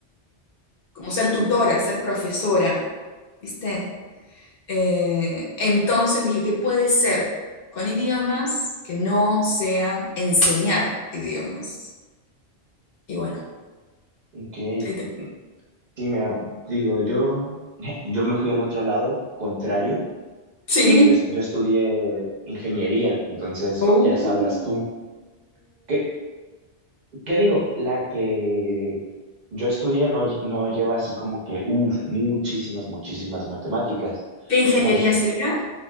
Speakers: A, on the left; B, on the right.
A: como ser tutora, ser profesora, ¿viste? Eh, entonces dije, ¿qué puede ser con idiomas que no sea enseñar idiomas? Y bueno.
B: Ok, sí,
A: Ahí
B: mira, digo, yo, <laughs> yo me fui al otro lado, contrario,
A: Sí.
B: yo, es- yo estudié ingeniería, entonces
A: Oh.
B: ya sabrás tú. ¿Qué, ¿Qué digo? La que yo estudié no, lle- no lleva así como que, uff, muchísimas, muchísimas matemáticas.
A: ¿Qué ingeniería
B: Más,
A: sería?